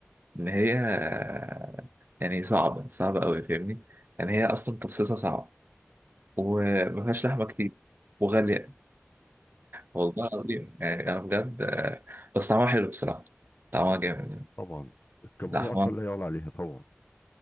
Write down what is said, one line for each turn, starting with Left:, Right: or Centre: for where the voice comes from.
Right: إن هي آه يعني صعبة صعبة أوي فاهمني يعني هي أصلا تفصيصها صعب ومفيهاش لحمة كتير وغالية والله العظيم يعني أنا بجد آه بس طعمها حلو بصراحة طعمها جامد يعني،
Left: طبعا الكابوريا
Right: لحمة
Left: اصلا لا يعلى عليها طبعا